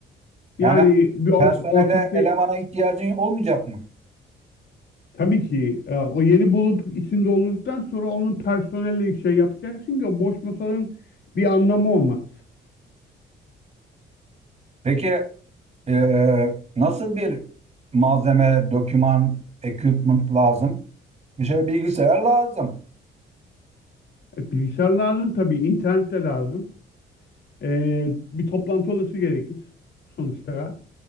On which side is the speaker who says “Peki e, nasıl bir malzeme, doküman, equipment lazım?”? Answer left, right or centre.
Right